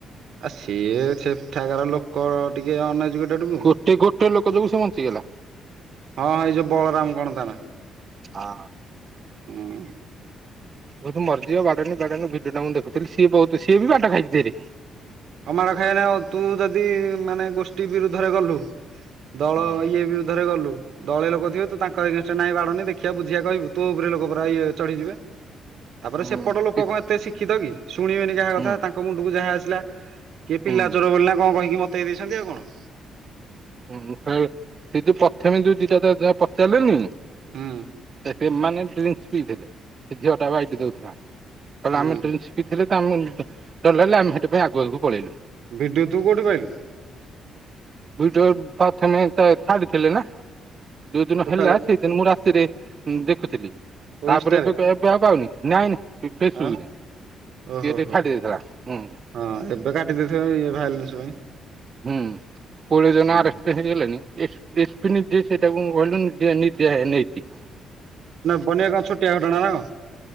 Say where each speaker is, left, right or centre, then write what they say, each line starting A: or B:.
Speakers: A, on the right (about 65°); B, on the right (about 40°).
A: ଆ ସିଏ ସେଠାକାର ଲୋକ ଟିକେ ଅନ ଏଯୁକେଟଡକୁ।
B: ଗୋଟେ ଗୋଟେ ଲୋକ ଯୋଗୁ ସେ ବଞ୍ଚିଗଲା।
A: ହଁ ହେଇ ଯୋଉ ବଳରାମ କଣ ତା ନା।
B: ଆ।
A: ଉଁ।
B: ବହୁତ ମରିଯିବ ବାଡନୀ ବାଡାନୀ ଭିଡିଓ ଟା ମୁଁ ଦେଖଥିଲି ସିଏ ବହୁତ ସିଏ ବି ବାଟ ଖାଇଛି ଢେର୍।
A: ଆଉ ମାଡ ଖାଇବନି ଆଉ ତୁ ଯଦି ମାନେ ଗୋଷ୍ଠୀ ବିରୁଦ୍ଧରେ ଗଲୁ ଦଳ
B: ହୁଁ
A: ଇଏ ବିରୁଦ୍ଧରେ ଗଲୁ। ଦଳେ ଲୋକ ଥିବେ, ତୁ ତାଙ୍କ ଏଗେନଷ୍ଟ ନାଇଁ ବାଡ଼ନି ଦେଖିବା ବୁଝିବା କହିବୁ ତୋ ଉପରେ ଲୋକ ପରା ଏ ଚଢିଯିବେ। ତାପରେ
B: ହୁଁ
A: ସେପଟ ଲୋକ କଣ ଏତେ ଶିକ୍ଷିତ କି? ଶୁଣିବେନି ଯାହା
B: ହୁଁ
A: କଥା ତାଙ୍କ ମୁଣ୍ଡକୁ ଯାହା ଆସିଲା କିଏ ପିଲା
B: ହୁଁ
A: ଚୋର ବୋଲି ନା କଣ କହିକି ମତେଇ ଦେଇସନ୍ତି ଆଉ କଣ।
B: ହୁଁ ସେ ଯୋଉ ପ୍ରଥମେ ଯୋଉ ଦିଟାଟା ଯା ତାକୁ ପଚାରିଲେନି
A: ହୁଁ
B: ସେମାନେ ଡ୍ରିଙ୍କସ ପିଇଥିଲେ ସେ ଝିଅ ଟା ବାଇଟ ଦଉଥିଲା। କହଲା
A: ହୁଁ
B: ଆମେ ଡ୍ରୀଙ୍କସ ପିଥିଲେ ତ ଆମ ଡରଲାଗିଲା ଆମେ ସେଇଥି ପାଇଁ ଆଗ ଆଗକୁ ପଳେଇଲୁ।
A: ଭିଡ଼ିଓ ତୁ କଉଠି ପାଇଲୁ?
B: ଭିଡିଓ ପ୍ରଥମେ ତ ଛାଡିଥିଲେ ନା। ଯୋଉ ଦିନ
A: ଟୋଟାଲ
B: ହେଲା ସେଇ ଦିନ ମୁଁ ରାତିରେ ଦେଖୁଥିଲି,
A: ଓ
B: ତାପରେ
A: ଇନଷ୍ଟାରେ
B: ଏବେ କାଇଁ ଏବେବା ଆଉ ପାଉନି ନାଇଁ ନାଇଁ ଫେସବୁରେ,
A: ଆଉ ଓହୋ
B: କିଏ ଦେ
A: ହୋ
B: ଛାଡ଼ି ଦେଇଥିଲା ହୁଁ।
A: ହଁ ଏବେ କାଟିଦେଇଥିବ ଇ ଭାଇଲେନ୍ସ ପାଇଁ।
B: ହୁଁ ପୁଲି ନାରେ।
A: ହୁଁ
B: ହେଇଗଲେଣିି ଏପ ଏସପି ନିଜେ ସେଇଟାକୁ କହିଲୁ ନେଇଛିି
A: ବନ୍ୟା କଣ ଛୋଟିଆ ଘଟଣା ନା କ